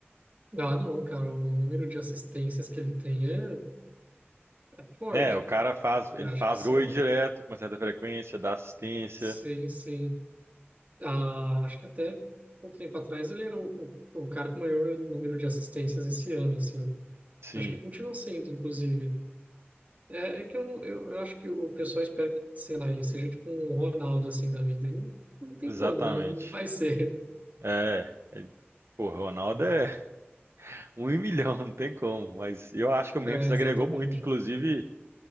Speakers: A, on the right (about 35°); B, on the right (about 75°).
A: Ah, não, cara, o número de assistências que ele tem é, é forte.
B: Né, o cara faz, ele
A: Eu acho
B: faz
A: que são,
B: gol aí direto, com uma certa frequência, dá assistência,
A: sim, sim. Ah, acho que até pouco tempo atrás ele era o, o, o cara com o maior número de assistências esse ano, assim.
B: sim,
A: Acho que continua sendo, inclusive. É, é que eu, não- eu, eu acho que o pessoal espera que, sei lá, ele seja tipo um Ronaldo, assim, da vida. E não tem
B: exatamente.
A: como, né? Não vai ser. <laughs>
B: É, é, pô, Ronaldo é Um em milhão, <laughs> não tem como. Mas eu acho que o Memphis
A: É,
B: agregou
A: exatamente.
B: muito. Inclusive,